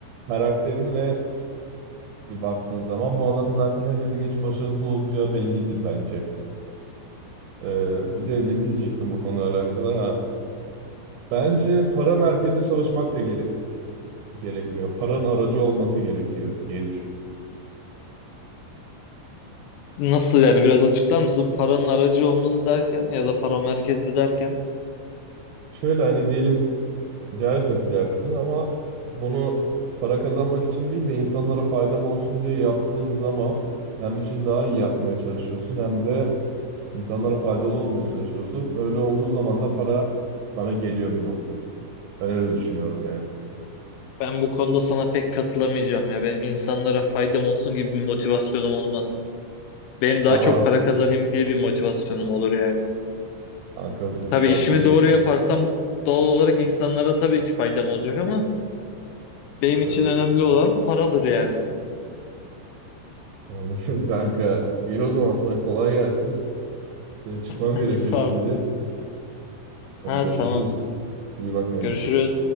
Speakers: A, on the right; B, on the left.
A: karakterine ne bir baktığın zaman bu adamın zaten her yerde geç başarısız olacağı bellidir bence. Ee, bir de ne diyecektim bu konuyla alakalı? Ha, bence para merkezi çalışmak da gerek gerekmiyor. Paranın aracı olması gerekiyor diye düşünüyorum.
B: Nasıl yani biraz açıklar mısın? Paranın aracı olması derken ya da para merkezi derken.
A: Şöyle hani diyelim ticaret yapacaksın ama bunu para kazanmak için değil de insanlara faydam olsun diye yaptığın zaman hem işini daha iyi yapmaya çalışıyorsun hem de insanlara faydalı olmaya çalışıyorsun. Öyle olduğu zaman da para sana geliyor bir noktada. Ben öyle düşünüyorum yani.
B: Ben bu konuda sana pek katılamayacağım ya. Benim insanlara faydam olsun gibi bir motivasyonum olmaz. Benim daha
A: Aha
B: çok para kazanayım diye bir motivasyonum olur yani.
A: kanka
B: Tabii
A: biraz
B: işimi
A: bencil.
B: doğru yaparsam doğal olarak insanlara tabii ki faydam olacak ama benim için
A: Evet
B: önemli olan paradır yani.
A: anladım <laughs> kanka. İyi o zaman sana kolay gelsin. Benim çıkmam
B: <laughs>
A: gerekiyor
B: Sağ
A: şimdi.
B: ol.
A: Hadi
B: Ha
A: görüşürüz.
B: tamam.
A: İyi bak kendine.
B: Görüşürüz.